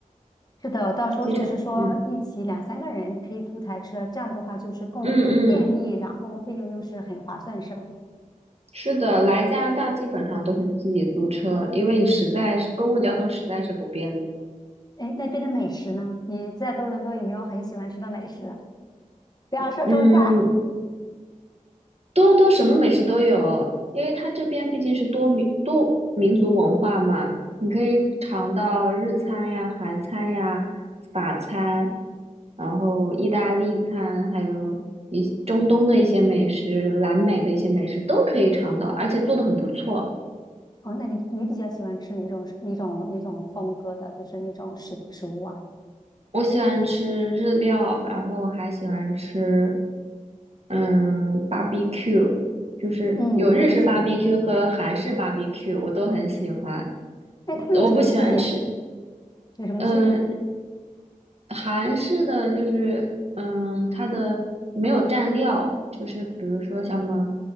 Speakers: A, on the left; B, on the right.
A: 是的，到时候就是说一起两三个人可以租台车，
B: 机场，嗯
A: 这样子的话就是更又便利，
B: 嗯嗯，
A: 然后费用又是很划算，是吧？
B: 是的，来加拿大基本上都是自己租车，因为你实在是公共交通实在是不便利。
A: 哎，那边的美食呢？你在多伦多有没有很喜欢吃的美食啊不要说中餐
B: 嗯，多伦多什么美食都有，因为它这边毕竟是多民多民族文化嘛，你可以尝到日餐呀、韩餐呀、法餐，然后意大利餐，还有一些中东的一些美食、南美的一些美食都可以尝到，而且做的很不错。
A: 哦，那你你比较喜欢吃哪种哪种哪种风格的，就是那种食食物啊？
B: 我喜欢吃日料，然后还喜欢吃嗯 barbecue，就是有日式
A: 嗯，我也喜欢。
B: barbecue 和韩式 barbecue，我都很喜欢。
A: 哎，他们有什么区别？
B: 我不喜欢吃，
A: 有什么区别
B: 嗯，韩式的就是，嗯，它的没有蘸料，就是比如说像什么